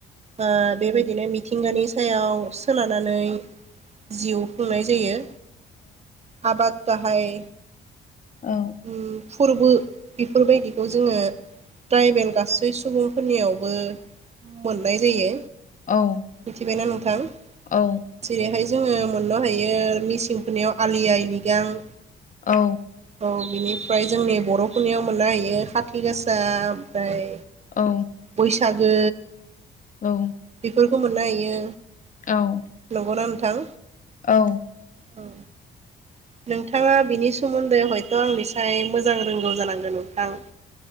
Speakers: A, on the right (about 35°); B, on the left (about 40°).
A: ओ बेबायदिनो मिथिंगानि सायाव खोनानानै जिउ खुंनाय जायो आबाद गाहाय
B: औ।
A: उम फोरबो बेफोरबायदिखौ जोङो ट्राइबेल गासै सुबुं खुनियावबो मोननाय जायो।
B: औ।
A: मिथिबायना नोंथां?
B: औ।
A: जेरैहाय जोङो मोननो हायो मिसिंफोरनियाव आलि आइ लिगां।
B: औ।
A: औ बिनिफ्राय जोंनि बर'फोरनियाव मोननो हायो खाथि गासा ओमफ्राय
B: औ।
A: बैसागो
B: औ।
A: बेफोरखौ मोननो हायो।
B: औ
A: नंगौना नोंथां
B: औ।
A: औ। नोंथाङा बिनि सोमोन्दै हयथ' आंनिसाय मोजां रोंगौ जानांगौ नोंथां।